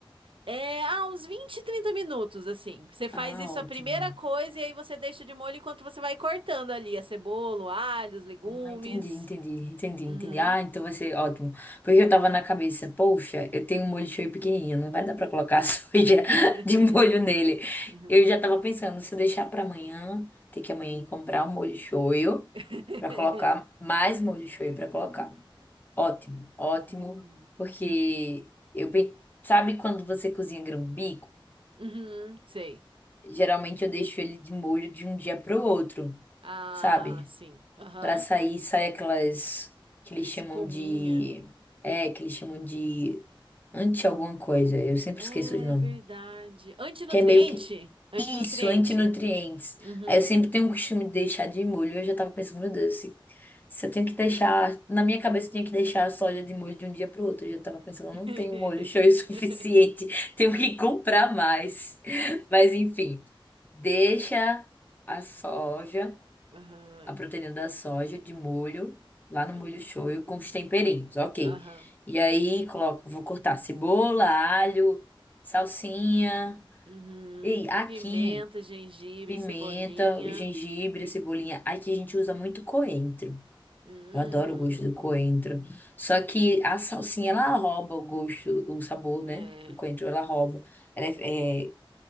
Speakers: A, on the right; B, on the left.
A: É, ah, uns 20, 30 minutos, assim. Você faz
B: Ah,
A: isso
B: ótimo.
A: a primeira coisa e aí você deixa de molho enquanto você vai cortando ali a cebola, o alho, os legumes.
B: Ah, entendi, entendi, entendi, entendi.
A: Uhum.
B: Ah, então vai ser ótimo. Porque eu tava na cabeça, poxa, eu tenho um molho shoyu pequenininho, não vai dar pra colocar <laughs> soja
A: <laughs>
B: de molho nele.
A: Uhum.
B: Eu já tava pensando, se eu deixar pra amanhã, ter que amanhã ir comprar um molho shoyu
A: <laughs>
B: pra colocar, mais molho shoyu pra colocar. Ótimo, ótimo,
A: Uhum.
B: porque eu, pe- sabe quando você cozinha grão-bico?
A: Uhum, Sei.
B: Geralmente eu deixo ele de molho de um dia pro outro,
A: Ah,
B: sabe?
A: sim. Aham.
B: Pra sair, sai aquelas que
A: Aquela
B: eles
A: espuminha.
B: chamam de. É, que eles chamam de anti alguma coisa. Eu sempre
A: É
B: esqueço os nomes.
A: verdade. Antinutriente?
B: Que é meio que
A: Antinutriente.
B: isso, antinutrientes.
A: Uhum.
B: Aí eu sempre tenho o costume de deixar de molho. Eu já tava pensando, meu Deus, se, se eu tenho que deixar. Na minha cabeça eu tinha que deixar a soja de molho de um dia pro outro. Eu já tava pensando,
A: <laughs>
B: eu não tenho molho show o suficiente. <laughs> Tenho que comprar mais. <laughs> Mas enfim, deixa a soja
A: Aham.
B: a proteína da soja de molho, lá no
A: Aham.
B: molho shoyu, com os temperinhos, ok.
A: Aham.
B: E aí coloco, vou cortar cebola, alho, salsinha.
A: Uhum.
B: E aqui,
A: Pimenta, gengibre,
B: pimenta,
A: cebolinha.
B: o gengibre, a cebolinha. Aqui a gente usa muito coentro.
A: Hum.
B: Eu adoro o gosto do coentro. Só que a salsinha, ela rouba o gosto, o sabor,
A: É.
B: né? Do coentro, ela rouba. Ela é,
A: é.
B: é